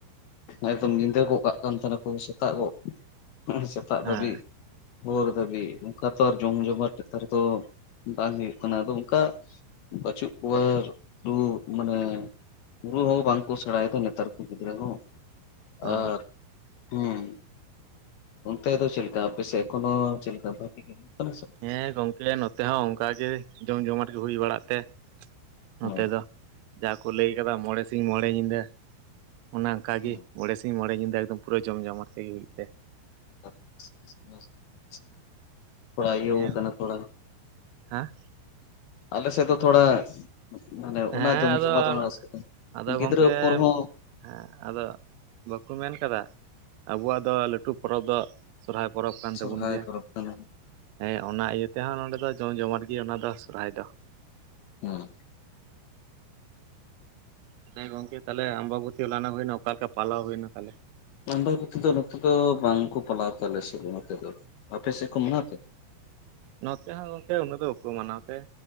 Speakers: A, on the left (about 70°); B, on the right (about 80°).
A: ᱮᱠᱫᱚᱢ ᱧᱤᱫᱟᱹ ᱜᱚᱜ ᱠᱟᱜ ᱠᱟᱱ ᱛᱟᱦᱮᱱᱟ ᱠᱚ, ᱥᱮᱛᱟᱜᱚᱜ ᱥᱮᱛᱟᱜ
B: ᱦᱮᱸ
A: ᱫᱷᱟᱹᱵᱤᱡ᱾ ᱵᱷᱳᱨ ᱫᱟᱷᱹᱵᱤᱡ ᱚᱱᱠᱟ ᱛᱚ ᱟᱨ ᱡᱚᱢ ᱡᱚᱢᱟ ᱱᱮᱛᱟᱨ ᱫᱚ ᱵᱟᱝ ᱦᱩᱭᱩᱜ ᱠᱟᱱᱟ, ᱟᱫᱚ ᱚᱱᱠᱟ ᱵᱟᱹᱪᱩᱜ ᱠᱚᱣᱟ ᱨᱩ ᱢᱟᱱᱮ ᱨᱩ ᱦᱚᱸ ᱵᱟᱝ ᱠᱚ ᱥᱮᱬᱟᱭᱮᱫᱟ ᱱᱮᱛᱟᱨ ᱠᱚ ᱜᱤᱫᱽᱨᱟᱹ ᱦᱚᱸ,
B: ᱚ
A: ᱟᱨ ᱦᱩᱸ᱾ ᱚᱱᱛᱮ ᱫᱚ ᱪᱮᱫ ᱞᱮᱠᱟ ᱟᱯᱮ ᱥᱮᱫ ᱠᱷᱚᱱ ᱦᱚ ᱪᱮᱫ ᱞᱮᱠᱟ ᱵᱷᱟᱹᱜᱤ ᱜᱮ ᱦᱩᱭᱩᱜ ᱠᱟᱱᱟ ᱥᱮ
B: ᱦᱮᱸ ᱜᱚᱝᱠᱮ ᱱᱚᱛᱮ ᱦᱚᱸ ᱚᱱᱠᱟ ᱜᱮ ᱡᱚᱢ ᱡᱚᱢᱟᱴ ᱜᱮ ᱦᱩᱭ ᱵᱟᱲᱟᱜ ᱛᱮ ᱱᱚᱛᱮ
A: ᱵᱟᱝ?
B: ᱫᱚ ᱡᱟ-ᱠᱚ ᱞᱟᱹᱭ ᱠᱟᱫᱟ ᱢᱚᱬᱮ ᱥᱤᱧ ᱢᱚᱬᱮ ᱧᱤᱫᱟᱹ᱾ ᱚᱱᱮ ᱚᱱᱠᱟ
A: ᱦᱩᱸ
B: ᱜᱤ ᱢᱚᱬᱮ ᱥᱤᱧ ᱢᱚᱬᱮ ᱧᱤᱫᱟᱹ ᱮᱠᱫᱚᱢ ᱯᱩᱨᱟᱹ ᱡᱚᱢ ᱡᱚᱢᱟᱴ ᱛᱮᱜᱮ ᱦᱩᱭᱩᱜ ᱛᱮ᱾
A: <unintelligible> ᱛᱷᱚᱲᱟ ᱟᱹᱭᱩᱵᱚᱜ
B: ᱱᱤᱭᱟᱹ
A: ᱠᱟᱱᱟ ᱛᱷᱚᱲᱟ ᱾
B: ᱦᱮᱸ
A: ᱟᱞᱮ ᱥᱮᱫ ᱫᱚ ᱛᱷᱚᱲᱟ ᱢᱟᱱᱮ
B: ᱦᱮᱸ
A: ᱚᱱᱟ ᱡᱚᱢ
B: ᱟᱫᱚ
A: ᱡᱚᱢᱟᱴ ᱚᱱᱟ ᱨᱟᱹᱥᱠᱟᱹ ᱠᱟᱱᱟ
B: ᱟᱫᱚ
A: ᱜᱤᱫᱽᱨᱟᱹ
B: ᱜᱚᱝᱠᱮ
A: ᱯᱚᱨ ᱦᱚᱸ
B: ᱦᱮᱸ ᱟᱫᱚ ᱵᱟᱠᱚ ᱢᱮᱱ ᱠᱟᱫᱟ, ᱟᱵᱚᱣᱟᱜ ᱫᱚ ᱞᱟᱹᱴᱩ ᱯᱚᱨᱚᱵᱽ ᱫᱚ ᱥᱚᱨᱦᱟᱭ ᱯᱚᱨᱚᱵᱽ ᱠᱟᱱ
A: ᱥᱚᱨᱦᱟᱭ
B: ᱛᱟᱵᱩᱱ ᱜᱮᱭᱟ᱾
A: ᱯᱚᱨᱚᱵᱽ ᱠᱟᱱᱟ
B: ᱦᱮᱸ ᱚᱱᱟ ᱤᱭᱟᱹ ᱛᱮᱦᱚᱸ ᱱᱚᱸᱰᱮ ᱫᱚ ᱡᱚᱢ ᱡᱚᱢᱟᱴ ᱜᱤ ᱚᱱᱟ ᱫᱚ ᱥᱚᱨᱦᱟᱭ ᱫᱚ᱾
A: ᱦᱩᱸ᱾
B: ᱛᱟᱞᱦᱮ ᱜᱚᱝᱠᱮ ᱛᱟᱞᱦᱮ ᱟᱢᱵᱚᱛᱤ ᱦᱚᱞᱟᱱᱚᱜ ᱦᱩᱭᱮᱱᱟ, ᱚᱠᱟ ᱞᱮᱠᱟ ᱯᱟᱞᱟᱣ ᱦᱩᱭᱱᱟ ᱛᱟᱦᱞᱮ?
A: ᱟᱢᱵᱟᱵᱚᱛᱤ ᱫᱚ ᱱᱚᱛᱮ ᱫᱚ ᱵᱟᱝ ᱠᱚ ᱯᱟᱞᱟᱣ ᱛᱮ ᱟᱞᱮ ᱥᱮᱫ ᱫᱚ ᱱᱚᱛᱮ ᱫᱚ᱾ ᱟᱯᱮ ᱥᱮᱫ ᱠᱚ ᱢᱟᱱᱟᱣ ᱛᱮ?
B: ᱱᱚᱛᱮ ᱦᱚᱸ ᱜᱚᱝᱠᱮ ᱩᱱᱟᱹᱜ ᱫᱚ ᱵᱟᱠᱩ ᱢᱟᱱᱟᱣ ᱛᱮ,